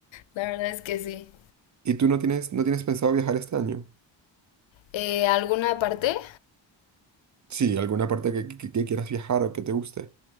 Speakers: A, on the left; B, on the right.
A: La verdad es que sí.
B: ¿Y tú no tienes, no tienes pensado viajar este año?
A: Eh, ¿alguna parte?
B: Sí, alguna parte que, que- que quieras viajar o que te guste.